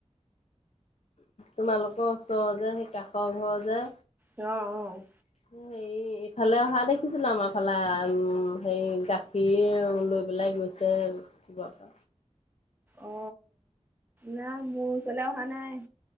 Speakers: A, on the left; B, on the right.
A: তোমালোকৰ ওচৰ যে সেই কাষৰ ঘৰ যে।
B: অ অ।
A: সু। হে ইফালে অহা দেখিছিলো আমাৰ ফালে উম হে গাখীৰ লৈ পেলাই গৈছিল। যে বাপা।
B: অ না মোৰ ওচৰলৈ অহা নাই।